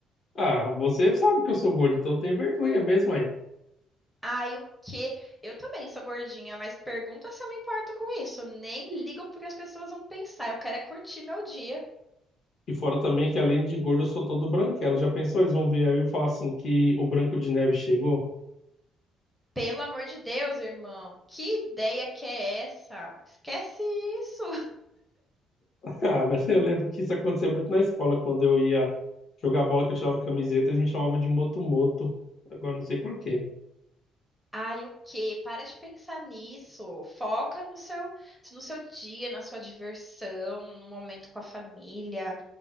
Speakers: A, on the left; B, in the centre.
A: Ah, você sabe que eu sou gordo, então eu tenho vergonha mesmo aí.
B: Ai, o quê? Eu também sou gordinha, mas pergunta se eu me importo com isso. Nem ligo porque as pessoas vão pensar. Eu quero é curtir meu dia.
A: E fora também que além de gordo eu sou todo branquelo. Já pensou? Eles vão ver aí eu falar assim que o Branco de Neve chegou?
B: Pelo amor de Deus, irmão. Que ideia que é essa? Esquece isso.
A: <laughs> Ah, mas eu lembro que isso acontecia muito na escola, quando eu ia jogar bola que eu tirava camiseta, eles me chamavam de Moto Moto. Agora não sei por quê.
B: Ai, o quê? Para de pensar nisso. Foca no seu, no seu dia, na sua diversão, no momento com a família.